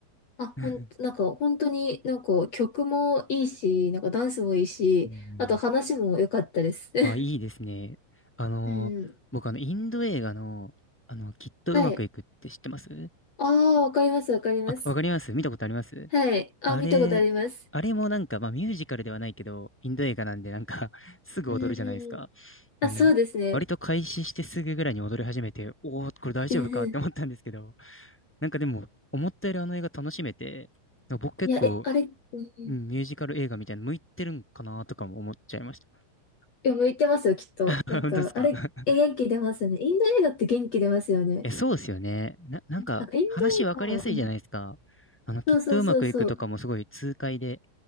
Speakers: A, in the centre; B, on the left.
A: <laughs>
B: あ、
A: うん
B: ほん、なんか本当になんか曲もいいし、なんかダンスもいいし、
A: うん
B: あと話も良かったです。<laughs>
A: あ、いいですね。あの、
B: うん。
A: 僕あの、インド映画の、あの、きっとうまくいくって知ってます
B: はい。ああ、わかります、わかります。
A: あ、わかります見たことあります
B: はい。あ、
A: あれ、
B: 見たことあります。
A: あれもなんか、まあミュージカルではないけど、インド映画なんでなんか <laughs> すぐ踊るじゃないですか。
B: うん。あ、
A: あの、
B: そうですね。
A: 割と開始してすぐぐらいに踊り始めて、おお、これ大丈夫かって思ったんですけど、
B: うんうん。
A: なんかでも、思ったよりあの映画楽しめて、僕結構、
B: いや、え、あれ、うんうん。
A: うんミュージカル映画みたいなの向いてるんかなとかも思っちゃいました。
B: いや、向いてますよ、きっと。
A: <laughs>
B: なんか、
A: 本当ですか
B: あれ、
A: <laughs>
B: え、元気出ますよね。インド映画って元気出ますよね。
A: え、そうですよね。な、なんか、
B: なんか、エンド映画、
A: 話わかりやすいじゃないですか。
B: うん。
A: あの、きっとうまくいくとかもすごい痛快で、
B: そうそうそうそう。